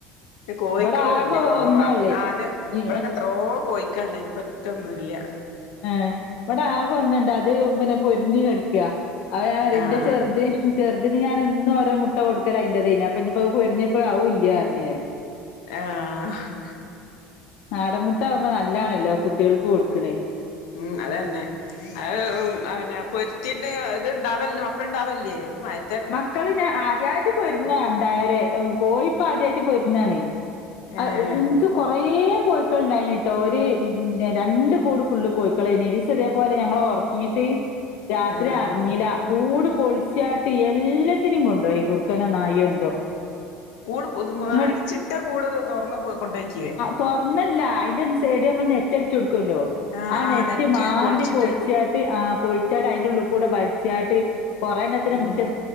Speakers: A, on the left; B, on the left.
A: കോഴിക്കളൂല്ല
B: ഇവിടെ ആകെ
A: കുറവാ
B: ഒന്നാള്ളേ
A: ആ അതെ
B: ഈ
A: ഇവിടൊക്കെ എത്രയോ കോഴിക്കള്ണ്ടയ്നി നിപ്പ ഷ്ടൊന്നുല്ല
B: ആഹ് ഇവടാകൊന്ന്ണ്ട് അത് പിന്നെ പൊരുന്തി കടക്കാ അത് ഞാൻ പറയും
A: ആഹ്
B: ന്റെ ചെർത് ചെറു തിന് ഞാനെന്നോരോ മുട്ട കൊടുക്കലയ്ന്റെതെയ്നപ്പൊഞ്ഞിപ്പോ അത് പൊരിന്തിയപ്പോ ആവുല്യാർഞ്ഞു ഞാന്
A: ആഹ്
B: നാടൻ മ്മുട്ടാവുമ്പോ നല്ലാണല്ലോ കുട്ടികൾക്ക് കൊടുക്ക്‌ണേ
A: ഉം അതന്നെ അത് അവനെ പൊരുത്തിന്റെത് ണ്ടാവല്ലോ മക്കള്ണ്ടാവല്ലേ മയ
B: മക്കള് ഞാൻ ആദ്യമായിട്ട് പൊരുങ്ങാണ്ടായാരെ കോയിപ്പാദ്യമായിട്ട് പൊരുങ്ങാണ് അത്
A: ഏഹ്
B: ഇൻക്ക് കൊറേ കോഴിക്കള്ണ്ടായിനീട്ടോ ഒരു രണ്ട് കൂട് ഫുള്ള് കോഴ്ക്കളേനി ഒരീസതേപോലെ ഞങ്ങൾ ർ ന്നിട്ട് രാത്രി
A: ഏഹ്
B: അർഞ്ഞില്ല കൂട് പൊളിച്ചാ ട്ട് എല്ലത്തിനിം കൊണ്ടോയി കുർക്കനോ നായോ എന്തോ
A: കൂട് പ്പൊ
B: ഇങ്ങട്
A: അടച്ചിട്ട കൂട് തൊറന്ന് കൊണ്ടോയക്കിയേ
B: തൊർന്നല്ലാ അയ്ന്റെ ഒ സൈഡ് നമ്മൾ നെറ്റട്ച്ചൊടുക്കല്ലോ
A: ആഹ്
B: ആ
A: ആഹ്
B: നെറ്റ് മാന്തി
A: പൊളിച്ചിട്ട്
B: പൊൾച്ചാ ആ പൊൾച്ചാണ്ട്‌ അയ്ന്റുള്ള്ക്കൂടെ വൽച്ചാട്ട് കൊറേണ്ണത്തിനെ
A: ഉം
B: മു